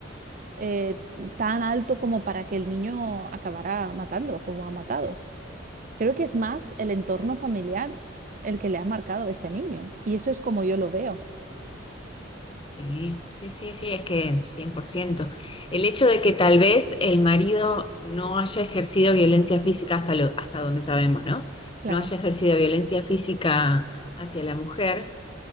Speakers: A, on the right; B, on the left.
A: eh, tan alto como para que el niño acabara matando, como ha matado. Creo que es más el entorno familiar el que le ha marcado a este niño. Y eso es como yo lo veo.
B: Sí, sí, sí, sí, es que 100%. El hecho de que tal vez el marido no haya ejercido violencia física hasta lo, hasta donde sabemos, ¿no?
A: Claro,
B: No haya ejercido violencia física hacia la mujer,